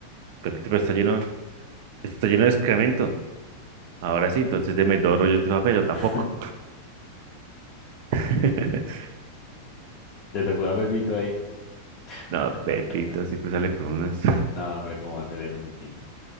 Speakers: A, on the right (about 50°); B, on the left (about 40°).
A: Pepito, pero está lleno, esto está lleno de excremento. Ahora sí, entonces deme dos rollos de papel, yo tampoco.
B: <laughs>
A: <laughs>
B: Le tocó a Pepito ahí.
A: No,
B: <laughs>
A: Pepito, siempre sale con unas.
B: No, pero ¿cómo va a hacer eso, Pepito?